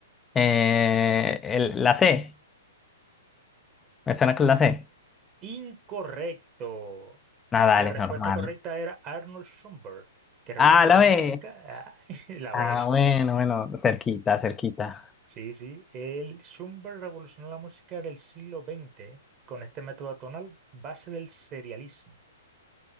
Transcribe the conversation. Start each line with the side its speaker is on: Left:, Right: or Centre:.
Left: Eh, el- la C, me suena que es la C.
Right: Incorrecto.
Left: Nada, dale,
Right: La respuesta
Left: normal.
Right: correcta era Arnold Schoenberg, que revolucionó
Left: Ah, la
Right: la
Left: B.
Right: música. Ah, <laughs> la
Left: Ah,
Right: B.
Left: bueno, bueno, cerquita, cerquita.
Right: Sí, sí. El Schubert revolucionó la música del siglo XX con este método atonal base del serialismo.